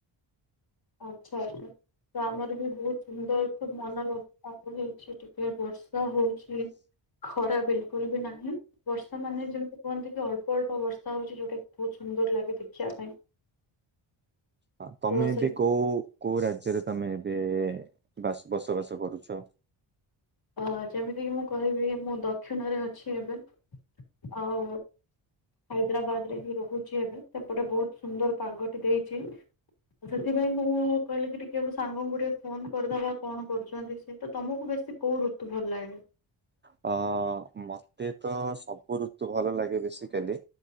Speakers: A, on the left; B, on the right.
A: ଆଛା ଆଚ୍ଛା ତ ଆମର ବି ବହୁତ ସୁନ୍ଦର ଏକ ମନଲୋଭା ହେଇଛି। ଟିକେ ବର୍ଷା ହଉଛି ଖରା ବିଲକୁଲ ବି ନାହିଁ ବର୍ଷା ମାନେ ଯେମିତି କୁହନ୍ତି ଅଳ୍ପ ଅଳ୍ପ ବର୍ଷା ହଉଛି ଯୋଉଟା କି ବହୁତ ସୁନ୍ଦର ଲାଗେ ଦେଖିବା ପାଇଁ।
B: ହ ତମେ
A: ତ ସେ
B: ବି କୋଉ କୋଉ ରାଜ୍ୟରେ ତମେ ଏବେ ବାସ ବସବାସ କରୁଛ।
A: ଅ ଯେମିତିକି ମୁଁ କହିବି ମୁଁ ଦକ୍ଷିଣରେ ଅଛି ଏବେ। ଆଉ ହାଇଦ୍ରାବାଦ ରେ ହିଁ ରହୁଛି ଏବେ ସେପଟେ ବହୁତ ସୁନ୍ଦର ପାଗଟି ଦେଇଛି। ସେଥିପାଇଁ ମୁଁ କହିଲି କି ଟିକେ ସାଙ୍ଗଙ୍କୁ ଟିକେ ଫୋନ କରିଦବା କଣ କରୁଛନ୍ତି ସ ତ ତମକୁ ବେଶୀ କୋଉ ଋତୁ ଭଲ ଲାଗେ।
B: ଅ ମତେ ତ ସବୁ ଋତୁ ଭଲ ଲାଗେ ବେସିକାଲି